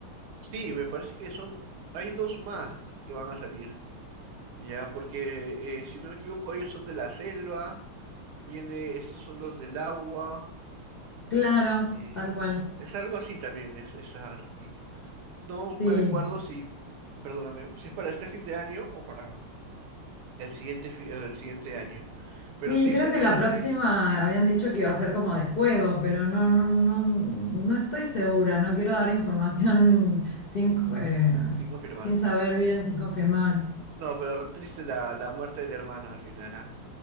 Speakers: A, on the right (about 75°); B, on the left (about 70°).
A: sí, me parece que son, hay dos más que van a salir, ya, porque eh, si no me equivoco, ellos son de la selva, viene, estos son los del agua,
B: Claro,
A: eh,
B: tal cual.
A: es algo así también, es, esa- esas cosas. No
B: Sí,
A: me recuerdo si, perdóname, si es para este fin de año o para el siguiente, fi- el siguiente año, pero
B: Sí,
A: sí
B: creo
A: sé
B: que
A: que
B: la
A: iba a
B: próxima
A: salir,
B: habían dicho que iba a ser como de fuego, pero no, no, no, no estoy segura. No quiero dar información <laughs> sin, eh,
A: sin confirmar.
B: sin saber bien, sin confirmar.
A: No, pero re triste la, la muerte del hermano al final, ¿ah?